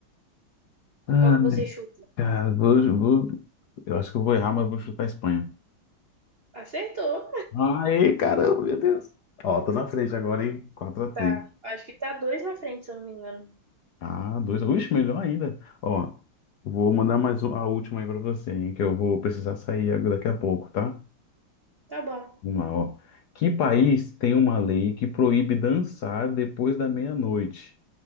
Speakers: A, on the left (about 60°); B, on the right (about 45°).
A: Ah,
B: Qual que você chuta?
A: cara, vou, vou- eu acho que eu vou errar, mas eu vou chutar a Espanha.
B: Acertou.
A: Aê, caramba, meu Deus. Ó, tô na frente agora, hein? quatro a três.
B: Tá. Acho que tá dois na frente, se eu não me engano.
A: Ah, dois. Ixi, melhor ainda. Ó, vou mandar mais um- a última aí pra você, hein, que eu vou precisar sair ag- daqui a pouco, tá?
B: Tá bom.
A: Vamos lá, ó. Que país tem uma lei que proíbe dançar depois da meia-noite?